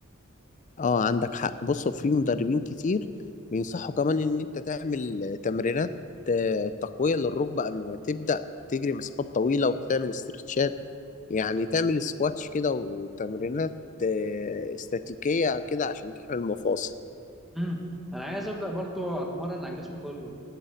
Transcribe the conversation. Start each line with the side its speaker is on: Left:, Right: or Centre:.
Left: اه عندك حق بص في مدربين كتير بينصحوا كمان ان انت تعمل تمرينات آه، تقوية للركبة قبل ما تبدأ تجري مسافات طويلة وتعمل استرتشات يعني تعمل سكواتش كده وتمرينات آه، استاتيكية كده عشان تحمي المفاصل
Centre: امم أنا عايز أبدأ برضو أتمرن على الجسم كله